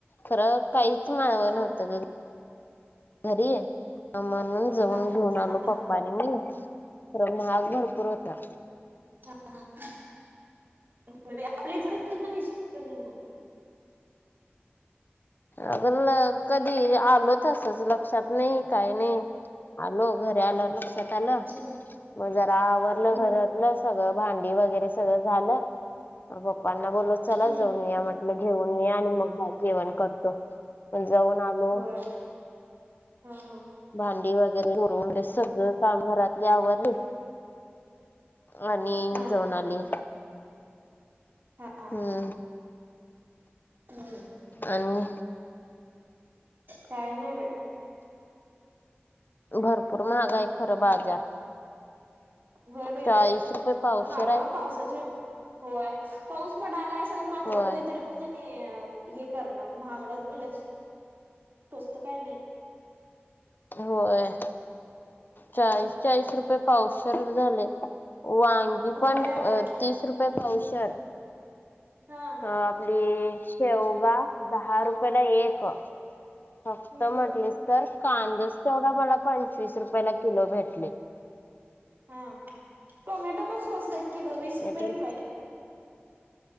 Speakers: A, on the left (about 50°); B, on the right (about 55°).
A: खर काहीच माळव
B: हा
A: नव्हतं ग - घरी म्हणून जाऊन
B: हा
A: घेऊन आलो
B: हा
A: पप्पा आणि मी खर महाग भरपूर होता.
B: हा हा आपले <unintelligible> घेउन येशील कणी मग.
A: अग कधी, आलो तसच लक्षात नाही. काही नाही, आलो घरी आलं लक्षात आलं.
B: हम्म
A: मग जरा आवरलं
B: हम्म
A: घरातलं सगळं भांडी वगैरे सगळं झालं. मग पप्पांना बोलत- चला
B: हम्म
A: जाऊन या म्हटलं घेऊन येऊया, आणि मग जेवण करतो मग जाऊन आलो.
B: होय हा हा
A: भांडी वगैरे करून सगळं काम घरातली आवरली. आणिन
B: हा
A: जाऊन आणि,
B: हा हा
A: हम्म
B: हम्म
A: आणि
B: काही नाही बाई.
A: भरपूर महाग हाय खरं बाजार.
B: होय बाई
A: चाळीस रुपये पावशर
B: माळव
A: हाय.
B: पावसाची होय, पाऊस पडलाय सगळ मात्र
A: होय
B: होतय. तरी - पण त्यानी हे करणारत महागडच द्याल्यात. स्वस्त काय नाही.
A: होय
B: हम्म
A: चाळीस -चाळीस रुपये पावशर झालय. वांगी पण
B: होय अगं
A: तीस रुपये पावशर.
B: हा
A: ह आपली शेवगा दहा रुपयला एक. फक्त
B: हम्म
A: म्हटलीस तर कांदच तेवढा मला पंचवीस रुपयला किलो भेटले.
B: हा टोमॅटो पण स्वस्त आहेत की ग वीस
A: नाहीतर
B: रुपये किलो आहेत.